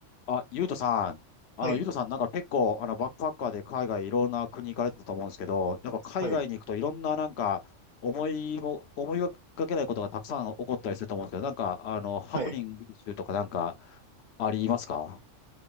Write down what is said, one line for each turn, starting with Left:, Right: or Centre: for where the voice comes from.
Left: あ、ゆうとさん。あの、
Right: はい、
Left: ゆうとさん、なんか結構、あの、バックパッカーで海外いろんな国行かれてたと思うんですけど、やっぱ海外に行くといろんななんか、
Right: はい、
Left: 思いも、思いがけないことがたくさん起こったりすると思うんですけど、なんか、あの、ハプニング集とかなんか、
Right: はい。
Left: ありますか